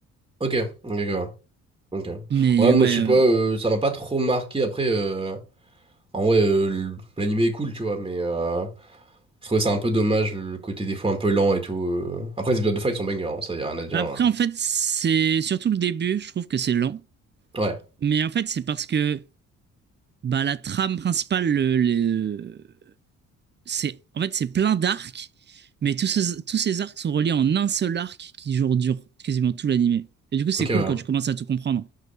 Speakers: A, on the right; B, on the right.
A: Ok, ok, ok. ok.
B: Mais
A: Ouais, moi,
B: ouais.
A: je sais
B: euh,
A: pas, euh, ça m'a pas trop marqué. Après, euh, en vrai, euh, l- l'animé est cool, tu vois, mais euh, je trouvais ça un peu dommage, le côté des fois un peu lent et tout. euh. Après, les épisodes de fight sont bangers, hein, ça, y a rien à dire.
B: Bah après,
A: hein.
B: en fait, c'est surtout le début, je trouve que c'est lent.
A: Ouais,
B: Mais en fait, c'est parce que bah, la trame principale, le, le- c'est en fait, c'est plein d'arcs, mais tous ces, tous ces arcs sont reliés en un seul arc qui genre, dure quasiment tout l'animé. Et du coup, c'est
A: ok,
B: cool
A: ouais.
B: quand tu commences à tout comprendre.